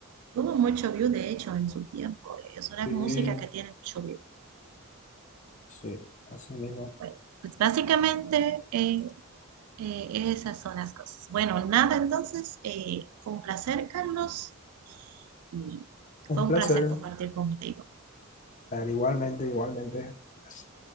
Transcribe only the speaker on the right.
Tuvo mucho view, de hecho, en su tiempo. Es una
música que tiene mucho view.
Bueno, pues básicamente eh, eh, esas son las cosas. Bueno, nada, entonces, eh, fue un placer, Carlos, y fue
un
placer compartir contigo.